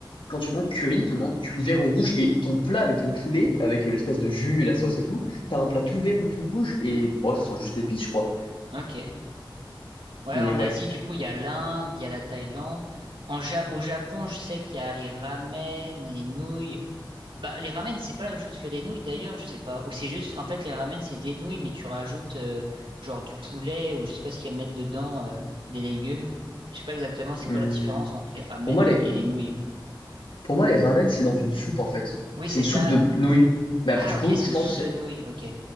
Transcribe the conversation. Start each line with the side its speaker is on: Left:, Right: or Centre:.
Left: quand tu manges curry, tu demandes curry vert ou rouge, et ton plat avec ton poulet, avec euh, l'espèce de jus et la sauce et tout, t'as un plat tout vert ou tout rouge, et bon, ça sent juste l'épice, je crois.
Right: ok. Ouais,
Left: Mais
Right: en
Left: ouais.
Right: Asie, du coup, il y a l'Inde, il y a la Thaïlande. En Ja- au Japon, je sais qu'il y a les ramen, les nouilles. Bah, les ramen, c'est pas la même chose que les nouilles d'ailleurs, je sais pas. Ou c'est juste, en fait, les ramen, c'est des nouilles, mais tu rajoutes euh, genre du poulet ou je sais pas ce qu'il y a à mettre dedans, euh, des légumes. Je sais pas exactement c'est
Left: Hum,
Right: quoi la différence entre les ramen
Left: Pour moi, les,
Right: ou- et les nouilles.
Left: pour moi, les ramen, c'est dans une soupe, en fait.
Right: Oui,
Left: C'est
Right: c'est
Left: une
Right: ça.
Left: soupe de nouilles. Mais après,
Right: Ah,
Left: du coup,
Right: ok, c'est
Left: je
Right: une
Left: pense,
Right: soupe de nouilles. Ok.